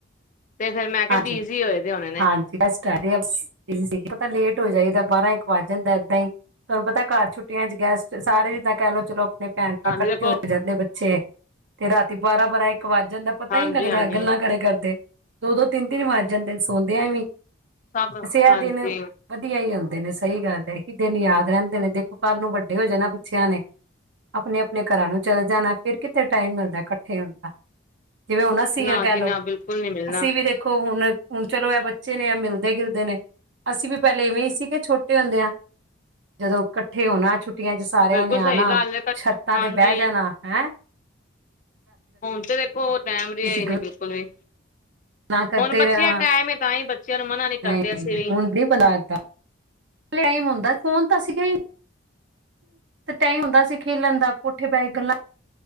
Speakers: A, on the left; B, on the right.
A: ਤੇ ਫੇਰ ਮੈਂ ਕਿਹਾ
B: ਹਾਂਜੀ
A: ਬਿਜੀ ਹੋਏ ਦੇ ਹੋਣੇ ਨੇ'।
B: ਹਾਂਜੀ ਗੈਸਟ ਪਤਾ ਲੇਟ ਹੋ' ਜਾਈਦਾ ਬਾਰਾਂ- ਇੱਕ ਵੱਜ ਜਾਂਦਾ ਏਦਾਂ ਹੀ'। ਤੁਹਾਨੂੰ ਪਤਾ ਘਰ ਛੁੱਟੀਆਂ 'ਚ ਗੈਸਟ ਸਾਰੇ ਜਿੱਦਾਂ ਕਹਿ ਲੋ ਚਲੋ ਆਪਣੇ'। ਭੈਣ- ਭਰਾ
A: ਹਾਂਜੀ
B: ਇਕੱਠੇ
A: ਦੇਖੋ
B: ਹੋ ਜਾਂਦੇ 'ਬੱਚੇ ਤੇ ਰਾਤੀ ਬਾਰਾਂ- ਬਾਰਾਂ, ਇੱਕ ਵੱਜ ਜਾਂਦਾ'। ਪਤਾ
A: ਹਾਂਜੀ
B: ਹੀ ਨੀ ਲੱਗਦਾ'
A: ਹਾਂਜੀ
B: ਗੱਲਾਂ ਕਰੇ ਕਰਦੇ! ਦੋ- ਦੋ, ਤਿੰਨ- ਤਿੰਨ ਵਜ ਜਾਂਦੇ 'ਸੌਦਿਆਂ ਵੀ
A: ਸਭ
B: ਅਸੀ ਇਹ
A: ਹਾਂਜੀ
B: ਦਿਨ! ਵਧੀਆ ਹੀ ਹੁੰਦੇ ਨੇ -ਸਹੀ ਗੱਲ ਹੈ! ਇਹ ਹੀ ਦਿਨ ਯਾਦ ਰਹਿੰਦੇ ਨੇ- ਦੇਖੋ ਕੱਲ੍ਹ ਨੂੰ ਵੱਡੇ ਹੋ ਜਾਣਾ ਬਚਿਆ ਨੇ'। ਆਪਣੇ- ਆਪਣੇ ਘਰਾਂ ਨੂੰ ਚੱਲ ਜਾਣਾ 'ਫਿਰ ਕਿੱਥੇ ਟਾਈਮ ਮਿਲਦਾ ਇਕੱਠੇ ਹੋਣ ਦਾ! ਜਿਵੇਂ ਹੁਣ ਅਸੀਂ
A: ਨਾ
B: ਆ ਕਹਿ
A: ਜੀ
B: ਲਓ'!
A: ਨਾ ਬਿਲਕੁਲ ਨੀ ਮਿਲਣਾ'।
B: ਅਸੀਂ ਵੀ ਦੇਖੋ ਹੁਣ ਹੁਣ ਚਲੋ 'ਇਹ ਬੱਚੇ ਨੇ ਇਹ ਮਿਲਦੇ ਗਿਲਦੇ ਨੇ' ਅਸੀਂ ਵੀ ਪਹਿਲੇ ਇਵੇਂ ਹੀ ਸੀਗੇ ਛੋਟੇ ਹੁੰਦੇਆ ਜਦੋਂ ਇਕੱਠੇ ਹੋਣਾ ਛੁੱ ਟੀਆਂ ਚ ਸਾਰਿਆਂ
A: ਬਿਲਕੁਲ
B: ਨੇ
A: ਸਹੀ
B: ਆਣਾ
A: ਗੱਲ ਹੈ
B: ਛੱਤਾਂ
A: ਹਾਂਜੀ
B: ਤੇ ਬਹਿ ਜਾਣਾ ਹੇਅ
A: ਹੁਣ ਤੇ ਦੇਖੋ ਟੈਮ ਰਿਹਾ
B: ਅਸੀਂ
A: ਈ ਨੀ ਬਿਲਕੁਲ ਵੀ
B: ਗੱਲਾਂ ਕਰਦੇ
A: ਹੁਣ ਬੱਚਿਆਂ
B: ਰਹਿਣਾ
A: ਟਾਇਮ ਤਾਂ ਹੀ ਬੱਚਿਆਂ ਨੂੰ ਮਨਾ ਨੀ ਕਰਦੇ
B: ਨਹੀਂ
A: ਅਸੀਂ ਵੀ'
B: <unintelligible> ਟਾਇਮ ਹੁੰਦਾ ਫੋਨ ਤਾਂ ਸੀਗਾ ਹੀ' ਤੇ ਟਾਈਮ ਹੁੰਦਾ ਸੀ! ਖੇਲਣ ਦਾ ਕਠੇ ਬੈਕੇ ਗੱਲਾਂ